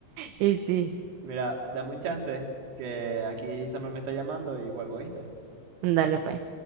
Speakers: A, on the right (about 80°); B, on the right (about 60°).
A: Y sí,
B: Mira, dame un chance, que aquí Samuel me está llamando y vuelvo, ¿viste?
A: dale pues.